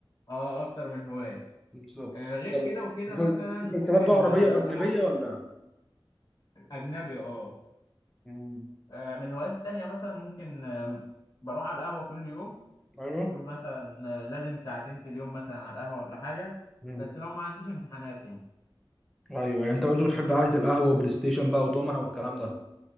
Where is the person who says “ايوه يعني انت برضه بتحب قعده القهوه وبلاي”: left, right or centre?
Centre